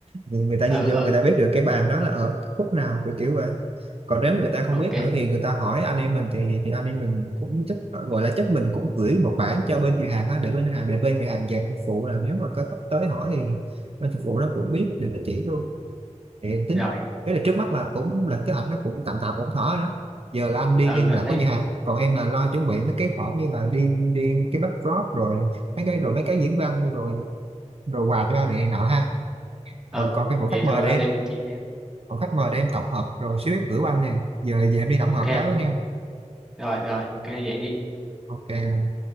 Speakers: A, on the right; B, in the centre.
A: nhưng người ta nhìn
B: ừ
A: vô
B: ừ
A: người ta biết được cái bàn đó là ở khúc nào kiểu kiểu vậy còn nếu người ta không
B: ok
A: biết nữa thì người ta hỏi anh em mình thì, thì anh em mình cũng chắc gọi là chắc mình cũng gửi một bản cho bên nhà hàng đó để bên hàng để bên nhà hàng dàn phục vụ là nếu mà có khách tới hỏi thì bên phục vụ nó cũng biết để nó chỉ luôn thì tính
B: rồi
A: thế là trước mắt là cũng lên kế hoạch nó cũng tạm tạm ổn thỏa rồi đó giờ là anh đi
B: ừ
A: liên
B: anh
A: lạc
B: thấy
A: với nhà hàng còn em là lo chuẩn bị mấy cái khoản như là đi đi cái backdrop rồi mấy cái đồ mấy cái diễn văn rồi đồ quà cho ba mẹ nọ ha
B: ừ
A: rồi còn cái bộ
B: vậy
A: khách mời
B: thôi
A: để
B: anh
A: em
B: em mình chia
A: còn khách mời đem tổng hợp rồi xíu em gửi qua anh liền giờ về em đi tổng
B: ok
A: hợp cái đó nha
B: rồi rồi ok vậy đi
A: ok